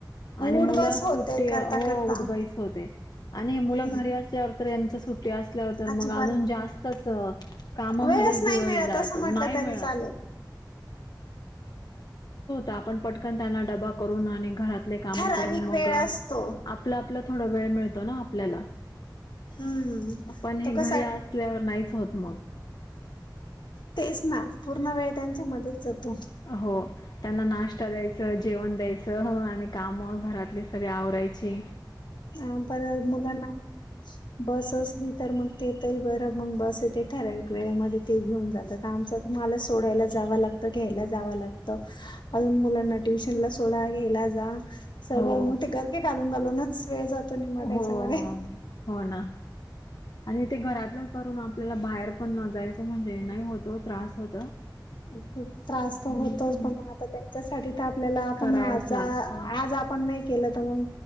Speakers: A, on the left (about 60°); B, on the left (about 80°).
A: आणि मुलं
B: उठ बस होते
A: सुट्टी
B: करता
A: हो
B: करता
A: उठबाईस होते, आणि हे मुलं
B: हम्म,
A: घरी असल्यावर तर यांच सुट्टी असल्यावर तर मग
B: अजिबात
A: अजून जास्तच कामामध्ये
B: वेळच
A: अस
B: नाही
A: क
B: मिळत असं म्हटलं तरी चालेल
A: आप त्यांना डबा करून आणि घरातले काम
B: ठराविक
A: करून मग
B: वेळ
A: आपलं
B: असतो
A: आपला थोड वेळ मिळ ना आपल्याला
B: हम्म
A: आपण हे
B: तो कसा
A: घरी असल्यावर नाहीच होत मग
B: तेच ना पूर्ण वेळ त्यांच्या मध्येच जातो.
A: हो त्यांना नाश्ता द्यायचं जेवण द्यायचं आणि काम घरातले सगळे आवरायचे
B: अ पर मुलांना <inaudible> बस असली तर मग तेथही बरं मग बसथे ठराववेवेेळे्यामध्ये ते घेऊन जातात आमच.. मला सोडायला जावं लागतं घ्यायला जावं लागत अजून मुलांना ट्युशन ला सोडा घ्यायला जा, सर्व
A: हो
B: मग ते घरके घालून घालूनच वेळ जात. तो म त्याच्यामध्ये
A: हो
B: <inaudible>
A: हो ना आणि ते घरातलं करून आपल्याला बाहेर पण न जायचं म्हणजे नाही होतो त्रास होत. <inaudible>
B: मग खूप त्रास तर
A: हम्म
B: होतोच पण म आता त्यांच्यासाठी तर आपल्याला आपण
A: करावंच
B: नाही
A: लागत
B: आ आज आपण नाही. केलं तर मग